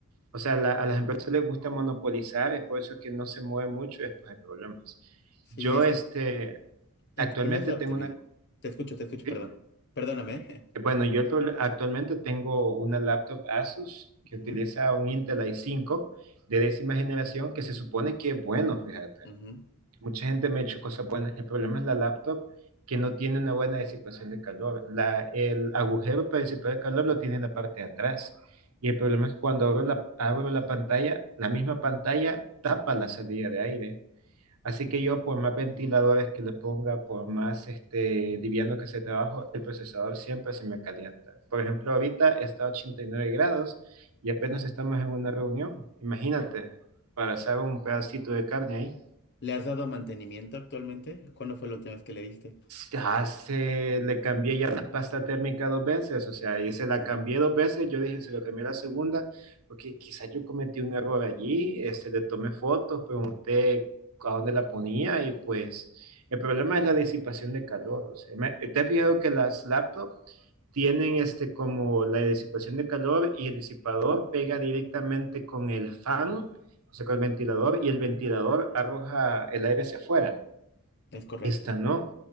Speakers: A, on the right; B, on the left.
A: O sea, la- a las empresas les gusta monopolizar, es por eso que no se mueve mucho y después hay problemas.
B: Sí,
A: Yo,
B: es
A: este,
B: que El
A: actualmente
B: problema es la
A: tengo
B: optimización.
A: una,
B: Te escucho, te escucho,
A: ¿sí?
B: perdón. Perdóname.
A: bueno, yo el proble- actualmente tengo una laptop Asus
B: <laughs>
A: que
B: Ujú,
A: utiliza un Intel i5 de décima generación que se supone que es bueno, fíjate.
B: ujú.
A: Mucha gente me ha hecho cosas buenas. El problema es la laptop que no tiene una buena disipación de calor. La, el agujero para disipar el calor lo tiene en la parte de atrás. Y el problema es que cuando abro la, abro la pantalla, la misma pantalla tapa la salida de aire. Así que yo, por más ventiladores que le ponga, por más este, liviano que sea trabajo, el procesador siempre se me calienta. Por ejemplo, ahorita está a 89 grados y apenas estamos en una reunión. Imagínate, para asar un pedacito de carne ahí.
B: ¿Le has dado mantenimiento actualmente? ¿Cuándo fue la última vez que le diste?
A: Ya se le cambié ya la pasta térmica dos veces, o sea, yo se la
B: Ujú,
A: cambié dos veces, yo dije, se lo cambié la segunda, porque quizás yo cometí un error allí, este, le tomé fotos, pregunté a dónde la ponía y pues el problema es la disipación de calor, o sea, me- te he fijado que las laptops tienen este como la disipación de calor y el disipador pega directamente con el fan, o sea, con el ventilador y
B: ujú.
A: el ventilador arroja el aire hacia afuera.
B: Es correcto.
A: Esta no.